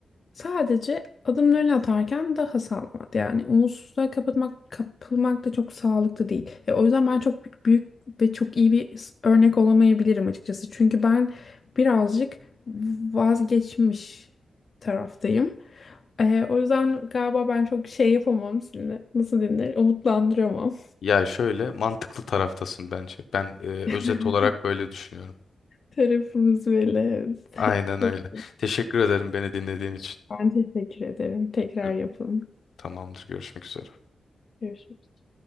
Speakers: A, on the left (about 40°); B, on the left (about 70°).
A: Sadece adımlarını atarken daha sağlam at. Yani umutsuzluğa kapatmak, kapılmak da çok sağlıklı değil. E, o yüzden ben çok büyük ve çok iyi bir s- örnek olamayabilirim açıkçası. Çünkü ben birazcık vazgeçmiş taraftayım. E, o yüzden galiba ben çok şey yapamam şimdi. Nasıl denir? Umutlandıramam.
B: Ya şöyle mantıklı taraftasın bence. Ben e, özet
A: <laughs>
B: olarak böyle düşünüyorum.
A: Tarafımız belli. evet.
B: Aynen
A: <laughs>
B: öyle.
A: Bak,
B: Teşekkür ederim beni dinlediğin için.
A: ben teşekkür ederim. Tekrar
B: Gör-
A: yapalım.
B: Tamamdır. Görüşmek üzere.
A: Görüşürüz.